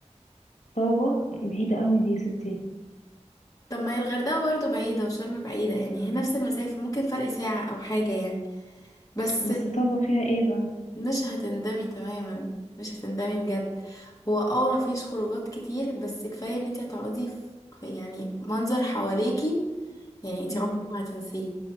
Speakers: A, on the left; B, on the left.
A: طابه بعيده قوي دي يا ستي
B: طب ما هي الغردقه برضو بعيده وشرم بعيده يعني هي نفس المسافه ممكن فرق ساعه او حاجه يعني بس
A: بس طابه فيها ايه بقى
B: مش هتندمي تماما مش هتندمي بجد هو اه مفيش خروجات كتير بس كفاية ان انت هتقعدي في في- يعني منظر حواليكي يعني انت
A: امم
B: عمرك ما هتنسيه